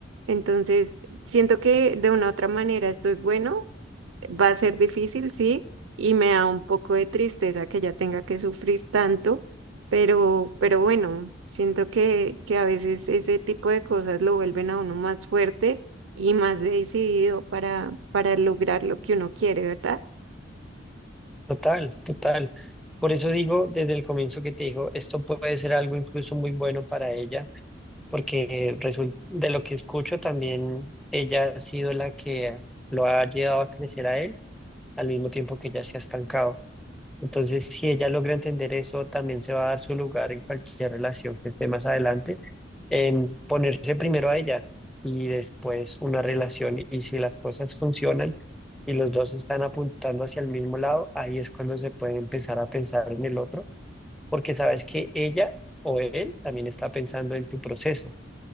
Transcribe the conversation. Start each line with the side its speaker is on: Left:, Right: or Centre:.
Right: Entonces, siento que de una u otra manera esto es bueno, s- va a ser difícil, sí, y me da un poco de tristeza que ella tenga que sufrir tanto, pero, pero bueno, siento que, que a veces ese tipo de cosas lo vuelven a uno más fuerte y más decidido para, para lograr lo que uno quiere, ¿verdad?
Centre: Total, total. Por eso digo desde el comienzo que te digo, esto puede ser algo incluso muy bueno para ella, porque resul- de lo que escucho también ella ha sido la que lo ha llevado a crecer a él al mismo tiempo que ella se ha estancado. Entonces, si ella logra entender eso, también se va a dar su lugar en cualquier relación que esté más adelante, en ponerse primero a ella y después una relación. Y si las cosas funcionan y los dos están apuntando hacia el mismo lado, ahí es cuando se puede empezar a pensar en el otro, porque sabes que ella o él también está pensando en tu proceso.